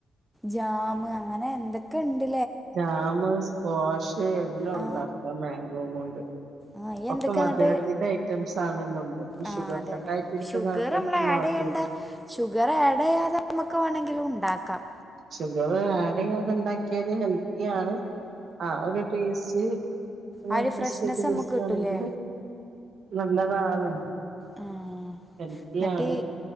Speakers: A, in the centre; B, on the right.
A: ജാംമ് അങ്ങനെ എന്തൊക്കെയുണ്ട്
B: ജാം സ്ക്വാഷ് എല്ലാം
A: ആ
B: ഉണ്ടാക്കാം മാംഗോ കൊണ്ട്
A: ആ ഇയ്യ്
B: ഒക്കെ
A: എന്തൊക്കെ
B: മധുരത്തിന്റെ
A: എന്നിട്ട്
B: ഐറ്റംസ് ആണെന്നുണ്ടോ ഈ
A: ആ
B: ഷുഗർ
A: അതെ
B: കട്ട
A: അതെ
B: ആയിട്ടിരിക്കുന്ന
A: ഷുഗർ
B: ആൾക്കാർക്ക്
A: നമ്മൾ ആഡ്
B: മധ
A: ചെയ്യണ്ട ഷുഗർ ആഡ് ചെയ്യാതെ നമുക്ക് വേണമെങ്കിലും ഉണ്ടാക്കാം
B: ഷുഗർ ആഡ് ചെയ്യാതണ്ടാക്കി ഒ ഹെൽത്തി ആണ് ആ ഒരു ടേസ്റ്റ്
A: ആ ഒരു
B: അഡ്ജസ്റ്റ്
A: ഫ്രഷ്നെസ്സ്
B: പൊടി
A: നമുക്ക് കിട്ടൂലേ
B: ത് നല്ലതാണ്
A: ആഹ്
B: ഹെൽത്തിയാണ്
A: എന്നിട്ട്